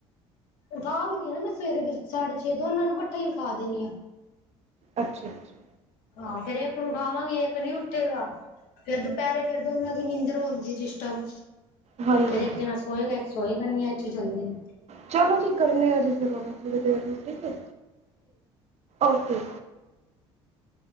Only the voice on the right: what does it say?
ਅੱਛਾ-ਅੱਛਾ
ਹਾਂਜੀ
ਚਲੋ ਜੀ ਕਰਨੇ ਆ ਜੇ ਫਿਰ ਹੁਨੇ ਥੋੜੀ ਦੇਰ ਨੂੰ ਠੀਕ ਏ, ਓਕੇ।